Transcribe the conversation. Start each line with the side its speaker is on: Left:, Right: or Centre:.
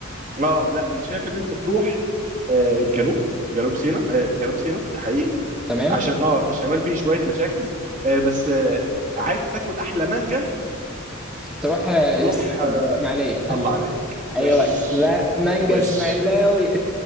Right: اه لا انا شايف ان انت تروح آه، الجنوب جنوب سيناء آه، جنوب سيناء ده حقيقي
Centre: تمام
Right: عشان اه الشمال فيه شويه مشاكل آه، بس آه، عايز تاكل احلى مانجا
Centre: تروح اسماعيليه
Right: روح آه،
Centre: اسماعيليه <laughs>
Right: الله عليك وش
Centre: ايوه لا، مانجا
Right: وش
Centre: اسماعيلاوي